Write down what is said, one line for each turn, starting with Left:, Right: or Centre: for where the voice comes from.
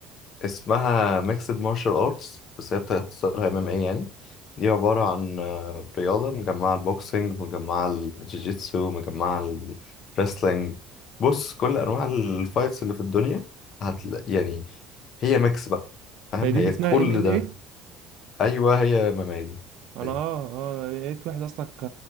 Left: اسمها ميكسد مارشال ارتس بس هي بتختصرها ام ام اي يعني دي عبارة عن آه، رياضة مجمعة البوكسينج مجمعة الجيجيتسو مجمعة الريسلينج بص كل انواع الفايتس اللي في الدنيا هتلاقي يعني هي ميكس بقى فاهم
Right: هي دي
Left: هي
Right: اللي اسمها
Left: كل
Right: ام ام
Left: ده
Right: ايه
Left: ايوه هي ممادي
Right: انا
Left: أيوة.
Right: اه اه أنا لقيت واحد اصلا ك-